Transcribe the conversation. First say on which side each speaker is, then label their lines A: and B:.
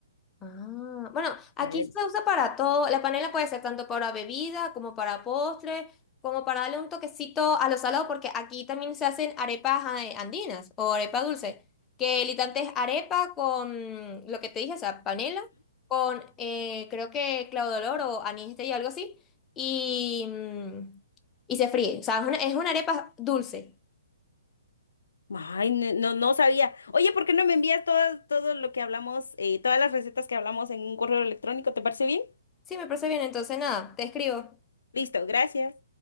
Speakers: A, on the left (about 15°); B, on the left (about 80°).
A: Ah, bueno, aquí
B: Sabe delicioso.
A: se usa para todo. La panela puede ser tanto para bebida como para postre, como para darle un toquecito a lo salado, porque aquí también se hacen arepas eh, andinas o arepa dulce, que literalmente es arepa con lo que te dije, o sea, panela, con eh, creo que claudolor o anís y algo así, y, mm, y se fríe. O sea, es una, es una arepa dulce.
B: Ay, ne- no, no sabía. Oye, ¿por qué no me envías todo, todo lo que hablamos, eh, todas las recetas que hablamos en un correo electrónico? ¿Te parece bien?
A: Sí, me parece bien, entonces nada, te escribo.
B: Listo, gracias.